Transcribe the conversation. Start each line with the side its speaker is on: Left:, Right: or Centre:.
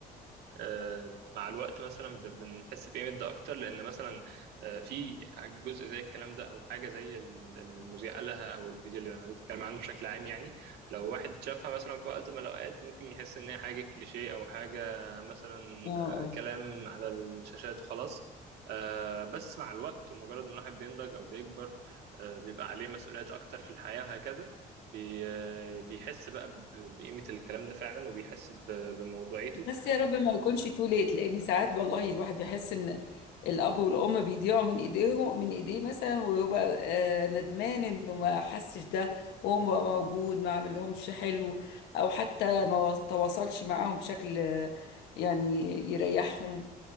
Right: آه، مع الوقت مثلا ب- بنحس بقيمة ده أكتر لأن مثلا آه، في جزء زي الكلام ده أو حاجة زي ال- المذيع قالها أو الفيديو اللي حضرتك بتتكلم عنه بشكل عام يعني لو واحد شافها مثلا في وقت من الأوقات ممكن يحس إن هي حاجة كليشيه أو حاجة مثلا
Left: اه
Right: آه،
Left: اه
Right: كلام على الشاشات وخلاص آه، بس مع الوقت ومجرد ما الواحد بينضج أو بيكبر آه، بيبقى عليه مسؤوليات أكتر في الحياة وهكذا بي- آه، بيحس بقى ب- بقيمة الكلام ده فعلا وبيحس ب- بموضوعيته
Left: بس يا رب ما يكونش تو ليت لان ساعات والله الواحد بيحس ان الاب والام بيضيعوا من ايديهم من ايديه مثلا ويبقى آه، ندمان انه ما حسش ده وهو بقى موجود ما عملهمش حلو او حتى ما و- تواصلش معاهم بشكل آه، يعني يريحهم